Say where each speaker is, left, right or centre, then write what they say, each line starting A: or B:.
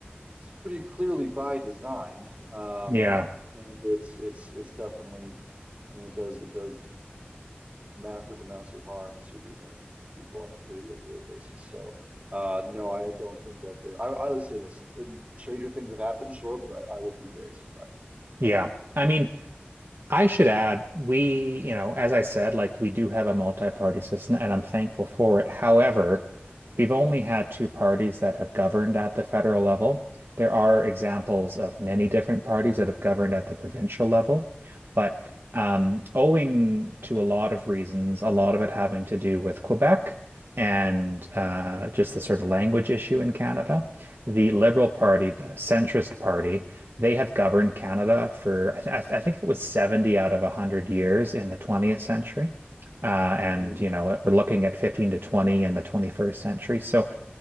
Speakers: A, on the right; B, on the right.
A: it's pretty clearly by design, um,
B: yeah.
A: and it's it's it's definitely, I mean, it does it does massive amounts of harm to the American people on a pretty regular basis. So, uh, no, I don't think that they. I, I would say this: uh, stranger things have happened, sure, but I, I would be very surprised.
B: Yeah. I mean, I should add, we, you know, as I said, like we do have a multi-party system and I'm thankful for it. However, we've only had two parties that have governed at the federal level. There are examples of many different parties that have governed at the provincial level, but um, owing to a lot of reasons, a lot of it having to do with Quebec and uh, just the sort of language issue in Canada, the Liberal Party, the centrist party, they have governed Canada for, I, th I th I think it was 70 out of 100 years in the 20th century. Uh, and,
A: Hmm.
B: you know, we're looking at 15 to 20 in the 21st century. So